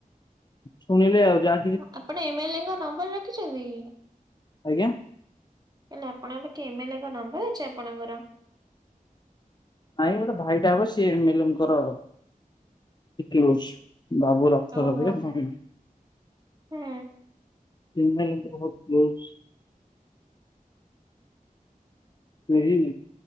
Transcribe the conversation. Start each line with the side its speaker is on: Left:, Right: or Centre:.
Left: ଶୁଣିଲେ ଆଉ ଯା
Right: ମୁଁ ଆପଣ ଏମ୍ ଏଲ୍ ଏଙ୍କ ନମ୍ବର ରଖିଛନ୍ତି କି?
Left: ଆଜ୍ଞା
Right: ତାହେଲେ ଆପଣଙ୍କ ପାଖେ ଏମ୍ ଏଲ୍ ଏଙ୍କ ନମ୍ବର ଅଛି ଆପଣଙ୍କର?
Left: ନାହିଁ ଗୋଟେ ଭାଇଟା ହବ ସିଏ ଏମ୍ ଏଲ୍ ଏଙ୍କର ଟିକେ କ୍ଲୋଜ। ବାବୁ ରକ୍ତରେ
Right: ଓହୋ
Left: <unintelligible> ଏମ୍
Right: ହୁଁ
Left: ଏଲ୍ ଏଙ୍କର ବୋଧେ କ୍ଲୋଜ୍। ସେହି